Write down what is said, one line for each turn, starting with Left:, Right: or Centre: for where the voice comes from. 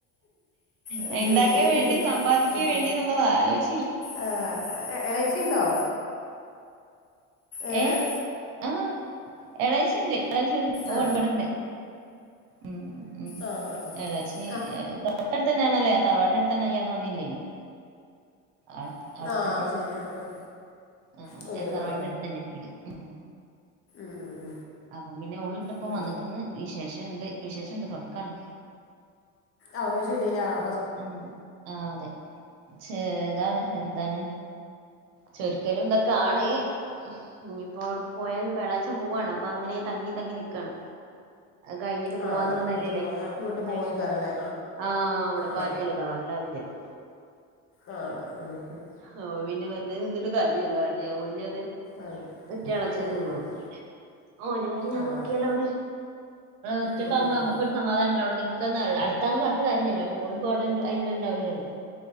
Left: അത്
Right: ഞാൻ ഇണ്ടാക്കാ
Left: ശരി
Right: വേണ്ടി സമ്പാദിക്കാ
Left: ഉം.
Right: വേണ്ടിന്ന്ള്ളത് ആലോചീച്ചില്ല.
Left: ആ, എ എഹ് എളേച്ചി ഇണ്ടോ? ഏഹ്
Right: ഏ <unintelligible> എളേച്ചിണ്ട് എളച്ചിവിട് ഓ
Left: ആ
Right: ഇപട്ണ്ട് ഉം ഉം
Left: ആ ആ
Right: എളേച്ചി
Left: ആ
Right: എഹ് തൊട്ടടുത്തെന്നെയാണ് അല്ല ഞാൻ തറവാട്നടുത്തന്നെ യ്യ് അന്ന് വന്നില്ലേനോ. അടെ
Left: ആ
Right: അവ്ടെ
Left: ആ
Right: തന്നെ.
Left: ശരി ആ ആ
Right: ആഹ്.
Left: വീട്
Right: ഞാ തറവാടന്നട്ത്തന്നെ
Left: ആ
Right: വീട്. ഉം
Left: ഉം ഉം ഉം
Right: അപ്പം പിന്നെ ഓള് ഇന്റപ്പം
Left: അത് ശരി
Right: വന്ന്ക്ക്ക്ന്ന് വിശേഷം വിശേഷണ്ട് തൊട്ക്കാണ്.
Left: ഓഹ് ശരി ആഹ്.
Right: ഉം ആഹ് അതെ ചെ ഇതാണ് എന്താണ് ചൊരിക്കലും ഇന്തൊക്കെയാണ് ഇനിയിപ്പോ അവർക്ക് പോയല് വ്യളാ്ച്ച പോവാണ് അപ്പൊ അങ്ങനെ തങ്ങി തങ്ങി നിക്കാണ് കഴിഞ്ഞിട്ട് പോവാന്നുള്ള
Left: ആ
Right: നിലല്ലേ
Left: അച്ഛൻ പോയാൽ വീട്ടിൽ
Right: നന്നായിട്ട്
Left: പോയിക്കാറല്ലേ
Right: ആ അവിടെ
Left: ആ
Right: അരുല്യാലോ തറവാട്ടലരൂല്ലലോ
Left: ആ അതെ ഉം ഉം
Right: ആ പിന്നെ വെറുതെ നിന്നിട്ട് കാര്യാല ആജല്
Left: അതെ
Right: ഒറ്റ അളച്ചന
Left: ഉം ഉം ഉം
Right: ഉള്ളു പിന്നെ ഓ എറെ കാര്യം ഞാൻ
Left: ആ
Right: നോക്കിയാലോ
Left: അതെ
Right: അവിടെ ഒറ്റ
Left: ഉം
Right: ഒക്ക ആകുമ്പോ
Left: ഉം
Right: നമുക്ക്രു
Left: ഉം
Right: സമാധാന ഉണ്ടല്ല അവിടെ അടുത്താന്ന് പറഞ്ഞ് കാര്യില്ലല്ല പോയിപ്പോ അവി അുള്ള ഉണ്ടാവില്ലോ നമ്മള്